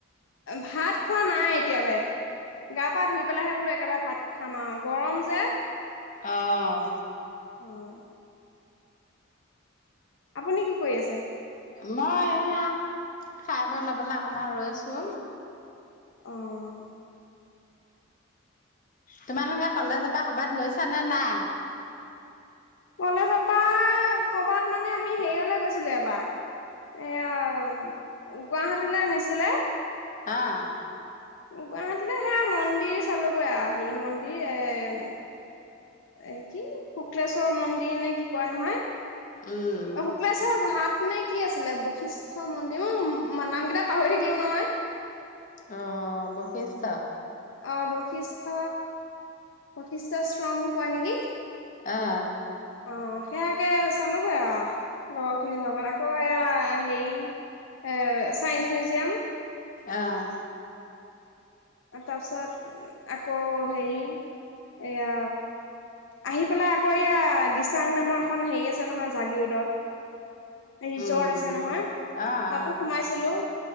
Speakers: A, on the left; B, on the left.
A: ভাত খোৱা নাই এতিয়ালে গা পা ধুই পেলাইহে বোলো একেবাৰে ভাত খাম আৰু গৰম যে
B: অহ
A: অহ আপুনি কি কৰি আছে
B: মই এয়া খাই বৈ ল'বলৈ অকমান ৰৈছো
A: অহ
B: তোমালোকে কলেজৰ পৰা কবাত গৈছা নে নাই
A: কলেজপা কৰবাত মানে আমি হেৰিয়লে গৈছিলো এবাৰ এয়া গুৱাহাটীলে নিছিলে
B: আহ
A: গুৱাহাটীলৈ সেয়া মন্দিৰ চালোঁগৈ আৰু হে মন্দিৰ এই এ কি শুক্লেশ্বৰৰ মন্দিৰ নে কি কই নহয়
B: উম
A: <unintelligible> আপে কি আছিলে বশিষ্ঠ মন্দিৰ নাম কেইটা পাহৰি থাকিলো নহয়
B: অ ব পেছা
A: আহ বৈশিষ্ট বৈশিষ্ট শ্ৰম কয় নেকি
B: আহ
A: অঁ সেয়াকে চালোগৈ আৰু লগৰখিনিৰ লগত আকৌ এয়া হেৰি চাইন্স মিউজিয়াম
B: আহ
A: তাৰপাছত আকৌ হেৰি এয়া আহি পেলাই আকৌ এয়া দিচাং নামৰ এখন হেৰি আছে নহয় জাগি ৰোডত ৰিজৰ্ট
B: উম
A: আছে নহয়
B: অ' অ'
A: তাতো সোমাইছিলো